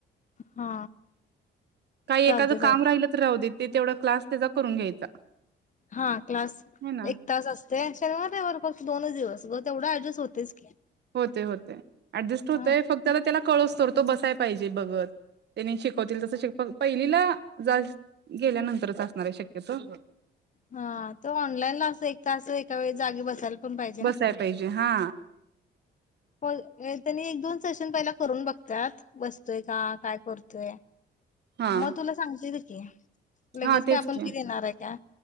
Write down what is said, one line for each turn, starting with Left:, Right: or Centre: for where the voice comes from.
Left: हा
Right: काही
Left: चालते
Right: एखादं
Left: चालते
Right: काम राहिलं तर राहु देत ते तेवढा क्लास त्याचा करून घ्यायचा.
Left: हा, क्लास
Right: हे ना
Left: एक तास असतय. शनिवार, रविवार फक्त दोनच दिवस ग तेवढ ऍडजस्ट होतेयच की.
Right: ते होतय. ऍडजस्ट होतंय
Left: हा
Right: फक्त त्याला कळूस तोवर तो बसाय पाहिजे बघत. त्यानी शिकवतील तसं शिकल पहिलीला जा गेल्यानंतरच असणार आहे शक्यतो.
Left: हा, तो ऑनलाईन ला अस एक तास एका वेळी जागी बसायला पण पाहिजे
Right: बसाय
Left: ना.
Right: पाहिजे हा.
Left: होय, त्यांनी एक, दोन सेशन पहिला करून बघत्यात. बसतोय का? काय करतोय?
Right: हा
Left: मग तुला सांगतील की. लगेच
Right: हा तेच
Left: काय आपण
Right: की.
Left: फी देणार आहे का